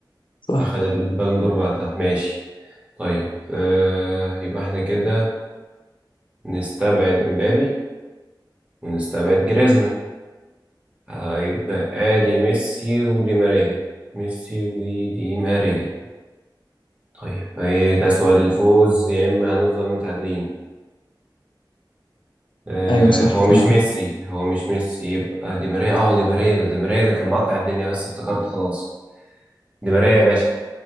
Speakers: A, on the left; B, on the right.
A: صح.
B: أخد البالون دور بعدها ماشي طيب آه يبقى احنا كده نستبعد مبابي ونستبعد جريزمان هيبقى لي ميسي ودي ماريا ميسي ودي ماريا طيب ايه ده سؤال الفوز يا اما هنفضل متعادلين آه
A: ايوه صح
B: هو
A: فعلا
B: مش ميسي هو مش ميسي يبقى دي ماريا اه دي ماريا ده دي ماريا ده كان مقطع الدنيا بس افتكرت خلاص دي ماريا يا باشا